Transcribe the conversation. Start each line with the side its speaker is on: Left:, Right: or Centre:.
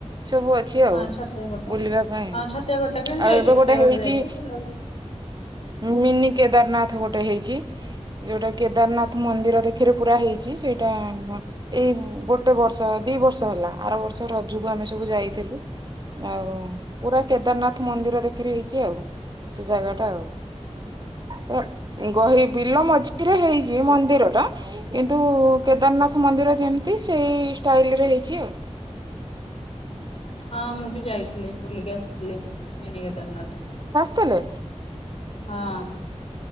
Right: ସବୁ ଅଛି ଆଉ
Left: ହଁ ଛତିଆ ବଟ
Right: ବୁଲିବା ପାଇଁ,
Left: ହଁ ଛତିଆ ବଟ ବି ଆମେ
Right: ଆଉ
Left: ଯାଇଛୁ
Right: ଏବେ
Left: ଛତିଆ
Right: ଗୋଟେ
Left: ବଟ
Right: ହେଇଚି
Left: <unintelligible>
Right: ମିନି କେଦାରନାଥ ଗୋଟେ ହେଇଛି, ଯୋଉଟା କେଦାରନାଥ ମନ୍ଦିରରେ ଖିରେ ପୁରା ହେଇଛି ସେଇଟା ଏଇ ଗୋଟେବର୍ଷ, ଦିବର୍ଷ ହେଲା। ଆର ବର୍ଷ ରଜକୁ ଆମେ ସବୁ ଯାଇଥିଲୁ। ଆଉ ପୁରା କେଦାରନାଥ ମନ୍ଦିର ଦେଖି ହେଇଛି ଆଉ ସେ ଜାଗା ଆଉ ଗହିବିଲ ମଝିରେ ହେଇଛି ମନ୍ଦିର ଟା କିନ୍ତୁ କେଦାରନାଥ ମନ୍ଦିର ଯେମିତି ସେଇ ଷ୍ଟାଇଲ୍ ରେ ହେଇଛି ଆଉ।
Left: ହଁ ମୁଁ ବି ଯାଇଥିଲି ବୁଲିକି ଆସିଥିଲି, ମିନି କେଦାରନାଥ।
Right: ତେଲେ
Left: ହଁ।